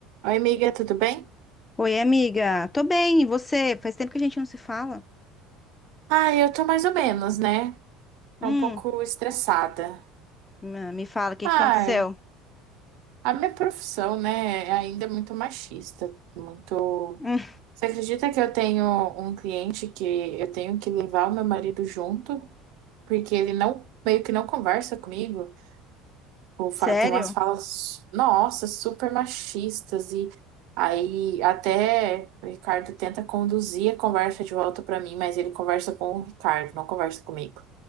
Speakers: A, on the right; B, on the left.
A: Oi, amiga, tudo bem?
B: Oi, amiga. Tô bem, e você? Faz tempo que a gente não se fala.
A: Ah, eu tô mais ou menos, né?
B: Hum,
A: Tô um pouco estressada.
B: me me fala, o que
A: Ai,
B: aconteceu?
A: a minha profissão, né, é ainda muito machista, muito...
B: Hum,
A: Você acredita que eu tenho um cliente que eu tenho que levar o meu marido junto, porque ele não, meio que não conversa comigo, ou
B: sério?
A: fa- tem umas falas, nossa, super machistas, e aí até o Ricardo tenta conduzir a conversa de volta pra mim, mas ele conversa com o Ricardo, não conversa comigo.